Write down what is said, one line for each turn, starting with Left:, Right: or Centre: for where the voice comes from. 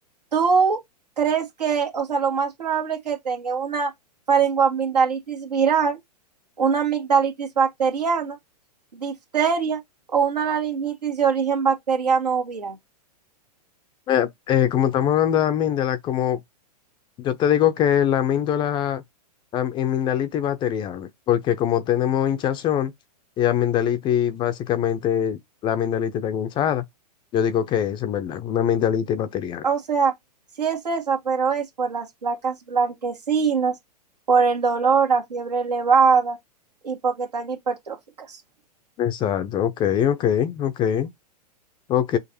Right: ¿tú crees que, o sea, lo más probable es que tenga una faringoamigdalitis viral, una amigdalitis bacteriana, difteria o una laringitis de origen bacteriano o viral?
Left: Eh, eh, como estamos hablando también de la como Yo te digo que la amíndola, am- amigdalitis bacteriana, porque como tenemos hinchazón y amigdalitis, básicamente la amigdalitis está hinchada, yo digo que es en verdad, una amigdalitis bacteriana.
Right: O sea, sí es esa, pero es por las placas blanquecinas, por el dolor, la fiebre elevada y porque están hipertróficas.
Left: Exacto, ok, ok, ok, ok.